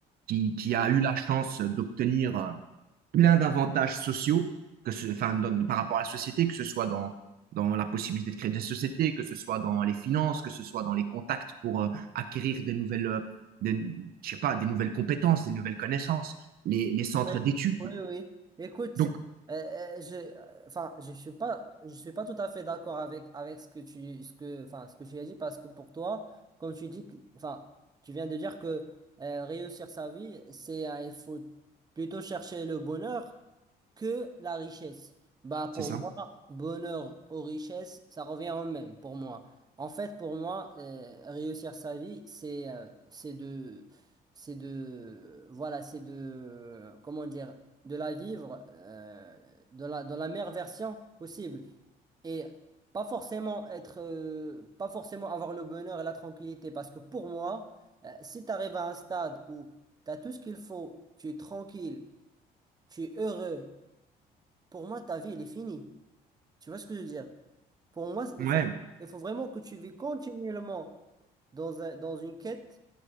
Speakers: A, on the right; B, on the right.
A: qui, qui a eu la chance d'obtenir euh, plein d'avantages sociaux que ce, enfin, dans- par rapport à la société, que ce soit dans, dans la possibilité de créer des sociétés, que ce soit dans les finances, que ce soit dans les contacts pour euh, acquérir des nouvelles, euh, des, je sais pas, des nouvelles compétences, des nouvelles connaissances, les, les centres
B: Oui,
A: d'études.
B: oui, oui. Écoute,
A: Donc,
B: euh, euh, je, euh, enfin, je suis pas, je suis pas tout à fait d'accord avec avec ce que tu, ce que, enfin, ce que tu as dit parce que pour toi, comme tu dis, que- enfin, tu viens de dire que euh, réussir sa vie, c'est, euh, il faut plutôt chercher le bonheur que la richesse. Bah,
A: c'est
B: pour
A: ça.
B: moi, bonheur aux richesses, ça revient au même, pour moi. En fait, pour moi, euh, réussir sa vie, c'est euh, c'est de, c'est de, voilà, c'est de, comment dire, de la vivre euh, dans la, dans la meilleure version possible. Et pas forcément être, euh, pas forcément avoir le bonheur et la tranquillité, parce que pour moi, euh, si tu arrives à un stade où tu as tout ce qu'il faut, tu es tranquille, tu es heureux, pour moi, ta vie, elle est finie. Tu vois ce que je veux dire? Pour moi,
A: Ouais,
B: il faut, il faut vraiment que tu vis continuellement dans un- dans une quête